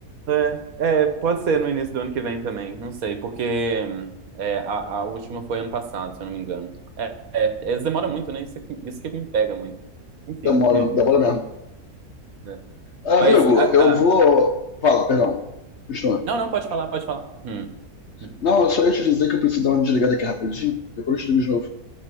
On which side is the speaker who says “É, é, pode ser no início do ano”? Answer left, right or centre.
Right